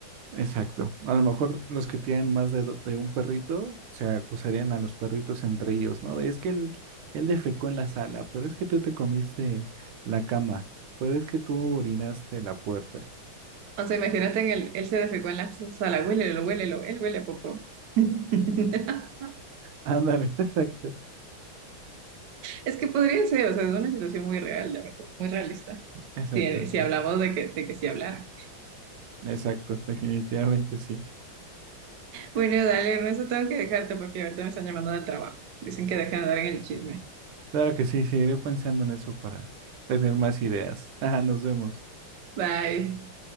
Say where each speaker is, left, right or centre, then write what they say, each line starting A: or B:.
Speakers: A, on the right; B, on the right.
A: Exacto. A lo mejor los que tienen más de, do- de un perrito se acusarían a los perritos entre ellos, ¿no? De, Es que él, él defecó en la sala, pero es que tú te comiste la cama, pero es que tú orinaste la puerta.
B: O sea, imagínate en el, él se defecó en la sala, huélelo, huélelo, él huele poco. <laughs>
A: Ándale, <laughs> exacto,
B: Es que podría ser, o sea, es una situación muy real, la verdad, muy realista.
A: exacto,
B: Si,
A: sí.
B: si hablamos de que, de que sí hablara.
A: Exacto, definitivamente sí.
B: Bueno, dale, Ernesto, tengo que dejarte porque ahorita me están llamando del trabajo. Dicen que dejen de dar en el chisme.
A: Claro que sí, seguiré pensando en eso para tener más ideas. <laughs> Ajá, nos vemos.
B: Bye.